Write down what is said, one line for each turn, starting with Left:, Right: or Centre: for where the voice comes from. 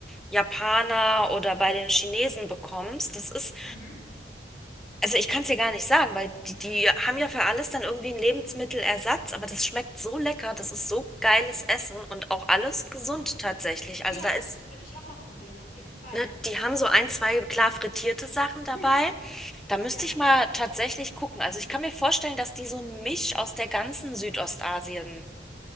Centre: Japaner oder bei den Chinesen bekommst. Das ist,
Left: Mhm.
Centre: also ich kann es dir gar nicht sagen, weil die, die haben ja für alles dann irgendwie einen Lebensmittelersatz, aber das schmeckt so lecker, das ist so geiles Essen und auch alles gesund
Left: Ja.
Centre: tatsächlich. Also
Left: Ja,
Centre: da
Left: das
Centre: ist,
Left: würde ich auch mal probieren, auf jeden Fall.
Centre: ne, die haben so ein, zwei
Left: Mhm.
Centre: klar frittierte Sachen dabei.
Left: <clears throat>
Centre: Da müsste
Left: Ja,
Centre: ich mal tatsächlich gucken. Also ich kann mir vorstellen, dass die so ein Misch aus der ganzen Südostasien-Küche